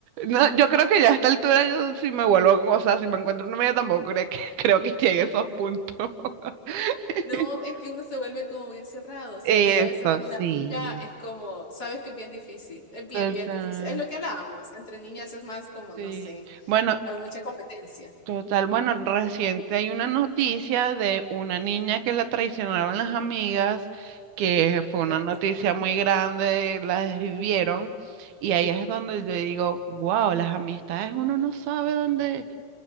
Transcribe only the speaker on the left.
No, es que uno se vuelve como bien cerrado, o sea,
media vez tenés una
amiga, es como, sabes que es bien difícil, es bien,
bien difícil. Es lo que hablábamos, entre niñas es más como, no
sé,
hay mucha competencia.
Cierto,